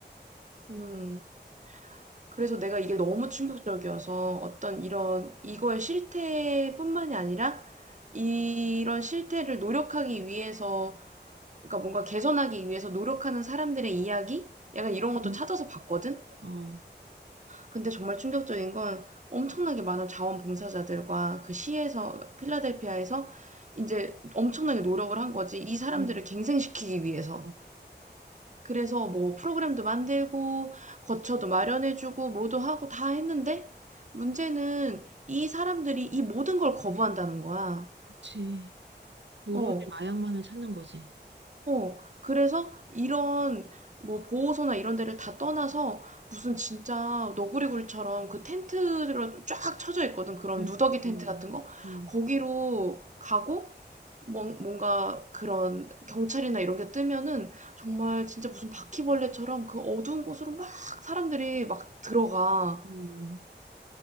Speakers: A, on the right; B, on the right.
A: 음. 그래서 내가 이게 너무 충격적이어서 어떤 이런 이거의 실태뿐만이 아니라 이런 실태를 노력하기 위해서 그러니까 뭔가 개선하기 위해서 노력하는 사람들의 이야기? 약간 이런
B: 어,
A: 것도 찾아서 봤거든?
B: 어, 어. 어.
A: 근데 정말 충격적인 건 엄청나게 많은 자원봉사자들과 그 시에서, 필라델피아에서 이제 엄청나게 노력을 한 거지. 이 사람들을
B: 음.
A: 갱생시키기 위해서.
B: 어.
A: 그래서 뭐 프로그램도 만들고 거처도 마련해 주고 뭐도 하고 다 했는데 문제는 이 사람들이 이 모든 걸 거부한다는 거야.
B: 그치. 오로지
A: 어,
B: 마약만을 찾는 거지.
A: 어. 그래서 이런 뭐 보호소나 이런 데를 다 떠나서 무슨 진짜 너구리굴처럼 그 텐트로 쫙 쳐져 있거든. 그런
B: 응.
A: 누더기 텐트
B: 응.
A: 같은 거.
B: 응.
A: 거기로 가고 뭔 뭔가 그런 경찰이나 이런 게 뜨면은 정말 진짜 무슨 바퀴벌레처럼 그 어두운 곳으로 막 사람들이 막 들어가.
B: 응.